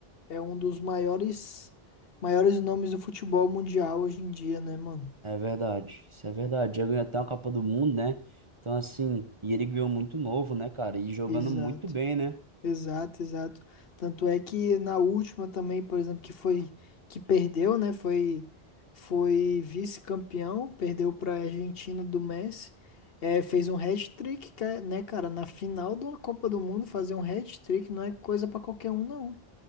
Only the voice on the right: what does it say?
É verdade, isso é verdade. Já ganhou até uma Copa do Mundo, né? Então, assim, e ele ganhou muito novo, né, cara? E jogando
muito bem, né?